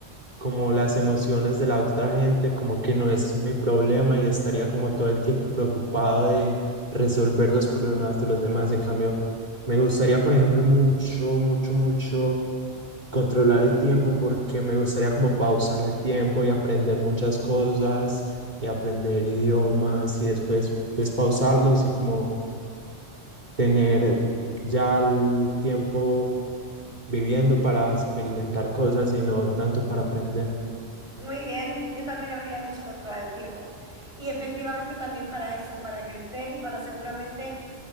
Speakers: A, on the right; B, on the left.
A: como las emociones de la otra gente, como que no es mi problema y estaría como todo el tiempo preocupado de resolver los problemas de los demás. En cambio, me gustaría, por ejemplo, mucho, mucho, mucho controlar el tiempo porque me gustaría como pausar el tiempo y aprender muchas cosas y aprender idiomas y después despausarlos y como tener ya el tiempo viviendo para experimentar cosas y no tanto para aprender.
B: Muy bien, yo también habría dicho controlar el tiempo. Y efectivamente también para eso, para crecer y para seguramente,